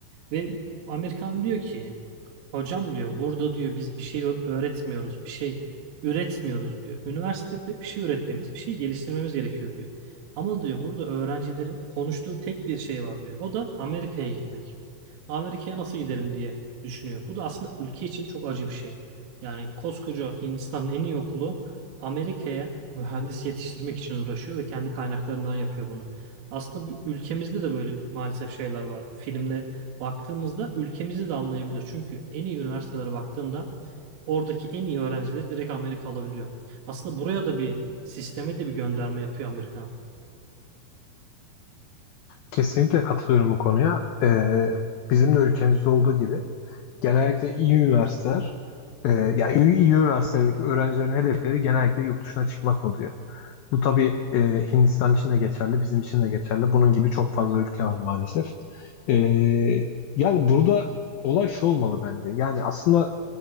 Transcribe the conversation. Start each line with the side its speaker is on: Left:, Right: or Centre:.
Right: Ve Amerikan diyor ki Hocam diyor burada diyor biz bir şey ö- öğretmiyoruz, bir şey üretmiyoruz diyor. Üniversitede bir şey üretmemiz, bir şey geliştirmemiz gerekiyor diyor. Ama diyor burada öğrencilerin konuştuğu tek bir şey var diyor. O da Amerika'ya gitmek. Amerika'ya nasıl giderim diye düşünüyor. Bu da aslında ülke için çok acı bir şey. Yani koskoca Hindistan'ın en iyi okulu Amerika'ya mühendis yetiştirmek için uğraşıyor ve kendi kaynaklarından yapıyor bunu. Aslında bu- ülkemizde de böyle maalesef şeyler var. Filmde baktığımızda ülkemizi de anlayabiliyoruz. Çünkü en iyi üniversitelere baktığında oradaki en iyi öğrencileri direkt Amerika alabiliyor. Aslında buraya da bir sisteme de bir gönderme yapıyor Amerika.
Left: Kesinlikle katılıyorum bu konuya. E, bizim de ülkemizde olduğu gibi genellikle iyi üniversiteler, e, yani iyi, iyi üniversitelerdeki öğrencilerin hedefleri genellikle yurt dışına çıkmak oluyor. Bu tabii e, Hindistan için de geçerli, bizim için de geçerli. Bunun gibi çok fazla ülke var maalesef. E, yani burada olay şu olmalı bence. Yani aslında